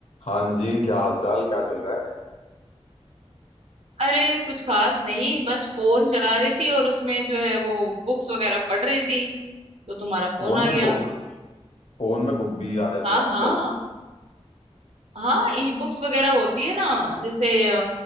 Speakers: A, on the left; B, on the right.
A: हाँ जी क्या हालचाल क्या चल रहा है
B: अरे कुछ खास नहीं बस फोन चला रही थी और उसमें जो है वो बुक्स वगैरह पढ़ रही थी तो तुम्हारा फोन
A: फोन
B: आ
A: में
B: गया
A: बुक फोन में बुक भी आ जाती
B: हाँ
A: है आजकल
B: हाँ हाँ ई बुक्स वगैरह होती है ना जैसे अ,